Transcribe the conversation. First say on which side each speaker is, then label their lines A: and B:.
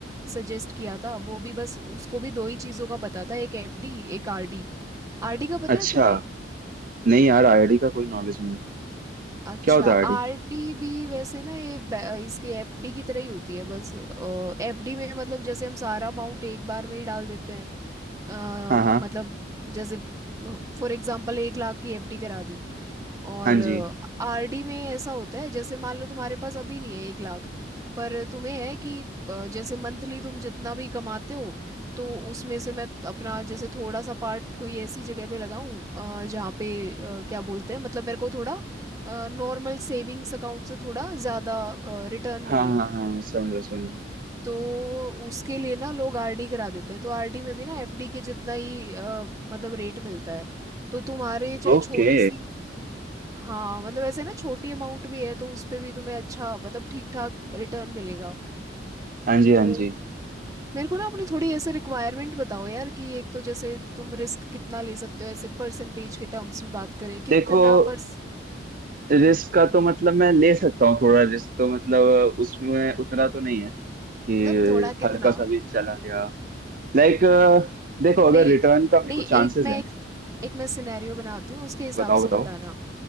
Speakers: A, on the right (about 20°); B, on the right (about 45°).
A: सजेस्ट किया था वो भी बस उसको भी दो ही चीज़ों का पता था एक एफडी एक आरडी आरडी का पता
B: अच्छा
A: है तुम्हें
B: नहीं यार आईआईटी का कोई नॉलेज नहीं है।
A: अच्छा
B: क्या होता है आईआईटी
A: आरडी भी वैसे ना ये बै- इसकी एफडी की तरह ही होती है बस एफडी में मतलब जैसे हम सारा अमाउंट एक बार में ही डाल देते हैं अ,
B: हाँ हाँ
A: मतलब जैसे फॉर एग्जांपल एक लाख की एफडी करा दी और
B: हाँ जी
A: आरडी में ऐसा होता है जैसे मान लो तुम्हारे पास अभी नहीं है एक लाख पर तुम्हें है कि अ, जैसे मंथली तुम जितना भी कमाते हो तो उसमें से मैं अपना जैसे थोड़ा सा पार्ट कोई ऐसी जगह पे लगाऊं अ, जहाँ पे अ, क्या बोलते हैं मतलब मेरे को थोड़ा नॉर्मल सेविंग्स अकाउंट से थोड़ा ज़्यादा रिटर्न
B: हाँ
A: मिले
B: हाँ हाँ समझ रहा समझ रहा
A: तो उसके लिए ना लोग आरडी करा देते हैं तो आरडी में भी ना एफडी के जितना ही अ, मतलब रेट मिलता है तो तुम्हारे चाहे
B: ओके
A: छोटी सी हाँ मतलब ऐसे ना छोटी अमाउंट भी है तो उस पे भी तुम्हें अच्छा मतलब ठीक ठाक रिटर्न मिलेगा
B: हाँ जी हाँ
A: तो
B: जी
A: मेरे को ना अपनी थोड़ी ऐसे रिक्वायरमेंट बताओ यार कि एक तो जैसे तुम रिस्क कितना ले सकते हो ऐसे परसेंटेज के टर्म्स में बात करें
B: देखो
A: कितना पर
B: रिस्क का तो मतलब मैं ले सकता हूँ थोड़ा रिस्क तो मतलब उसमें उतना तो नहीं है कि
A: मतलब थोड़ा कितना
B: हल्का सा भी चला गया लाइक देखो अगर
A: नहीं
B: रिटर्न का मेरे
A: नहीं
B: को चांसेस
A: एक मैं
B: है
A: एक, एक मैं सिनेरियो बनाती हूँ उसके हिसाब
B: बताओ
A: से
B: बताओ
A: बताना